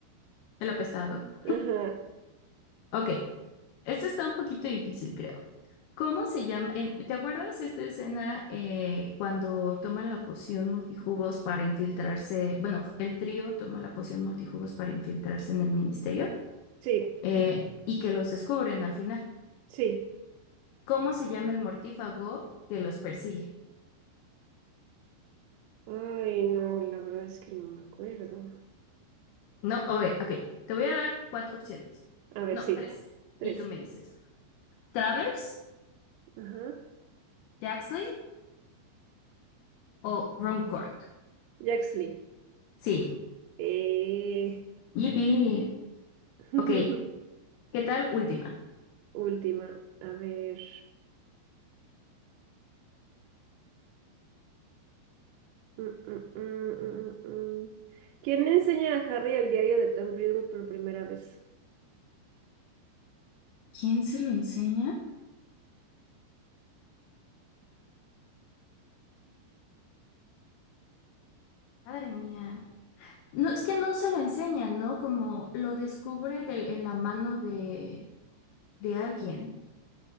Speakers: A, on the left (about 75°); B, on the right (about 85°).
A: el apestado.
B: Ajá,
A: Ok, esto está un poquito difícil, creo. ¿Cómo se llama? eh, ¿Te acuerdas esta escena eh, cuando toman la poción multijugos para infiltrarse? Bueno, el trío toma la poción multijugos para infiltrarse en el ministerio
B: sí,
A: eh, y que los descubren al final.
B: sí.
A: ¿Cómo se llama el mortífago que los persigue?
B: Ay, no, la verdad es que no me acuerdo.
A: No, a ver, ok, te voy a dar cuatro opciones.
B: A ver,
A: No,
B: sí,
A: tres.
B: tres.
A: Y tú me dices, ¿Travers,
B: Ajá.
A: Jaxley o Runcorn?
B: Jaxley.
A: Sí,
B: Eh...
A: yippee.
B: <laughs>
A: Ok, ¿Qué tal? Última.
B: Última, a ver. Mm, mm, mm, mm, mm, mm. ¿Quién le enseña a Harry el diario de Tom Riddle por primera vez?
A: ¿Quién se lo enseña? Madre mía. No, es que no se lo enseña, ¿no? Como lo descubre del- en la mano de, de alguien.